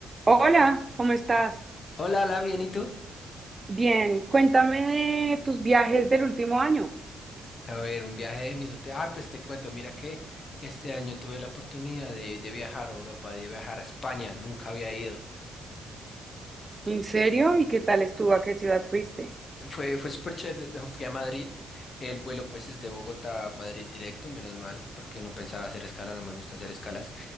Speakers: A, on the right (about 25°); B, on the left (about 45°).
A: Hola, ¿cómo estás?
B: Hola, hola, bien, ¿y tú?
A: Bien, cuéntame de tus viajes del último año.
B: A ver, un viaje de mis últimos... Ah, pues te cuento, mira que este año tuve la oportunidad de, de viajar a Europa, de viajar a España, nunca había ido.
A: ¿En serio? ¿Y qué tal estuvo? ¿A qué ciudad fuiste?
B: Fue, fue súper chévere, no, fui a Madrid, el vuelo pues es de Bogotá a Madrid directo, menos mal, porque no pensaba hacer escala, no me gusta hacer escalas.